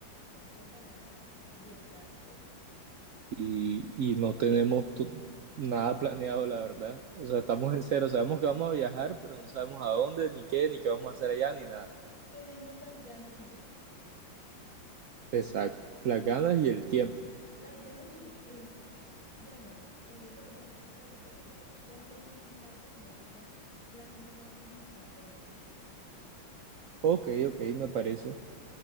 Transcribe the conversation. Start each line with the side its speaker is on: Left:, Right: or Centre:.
Centre: Ya no falta nada, sí, exacto.
Right: Y, y no tenemos to- nada planeado, la verdad. O sea, estamos en cero, sabemos que vamos a viajar, pero no sabemos a dónde, ni qué, ni qué vamos a hacer allá, ni nada.
Centre: Tenemos las ganas y ya.
Right: Exacto, las ganas y el tiempo.
Centre: Las ganas y el tiempo. Bueno, eh, bueno, ya, o sea, ¿te parece que ya no le demos más larga, sino que ya planeemos ahora mismo a dónde vamos a ir?
Right: Ok, ok, me parece,